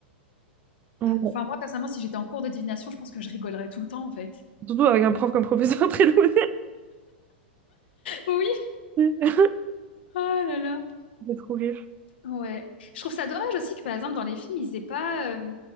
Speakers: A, on the right; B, on the left.
A: Ouais.
B: Enfin, moi, personnellement, si j'étais en cours de divination, je pense que je rigolerais tout le temps, en fait.
A: Surtout avec un prof comme professeur <laughs> Trélounet.
B: <laughs> Oui,
A: Ça
B: oh là là.
A: fait trop rire.
B: Ouais. Je trouve ça dommage aussi que, par exemple, dans les films, ils aient pas euh,